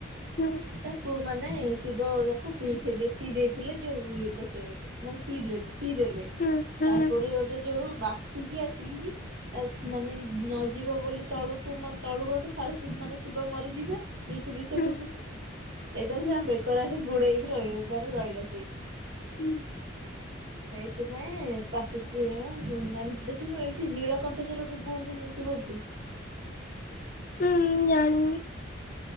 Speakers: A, on the left; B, on the right.
A: ହୁଁ
B: ତାକୁ ମାନେ ଶିବ ତାକୁ ପିଇଥିଲେ ପିଇ ଦେଇଥିଲେ ଯୋଉ <inaudible> ମ ପିଇଲେ ପିଇଦେଲେ
A: ହୁଁ ହୁଁ
B: ତାପରେ ଗୋଟେ ଯୋଉ ବାସୁକି ଆସିକି। ତା ମାନେ ନ ଯିବ ବୋଲି ତଳୁକୁ ତଳୁକୁ ମାନେ ଶିବ ମରିଯିବେ। ଯଉ ବିଷ
A: ହୁଁ ହୁଁ
B: ପିଦେଲେ ଏଇ
A: ହୁଁ
B: ବେକର ଆସ ଗୋଡେଇକି ରହିବ ରହିଲା ସେଇଠି।
A: ହୁଁ।
B: ସେଇଥିପାଇଁ ବାସୁକୀନ <unintelligible> ଦେଖିନୁ ଏଇଠି ନୀଳକଣ୍ଠେଶ୍ଵର ବି <unintelligible>
A: ଉଁ ଜାଣିନି।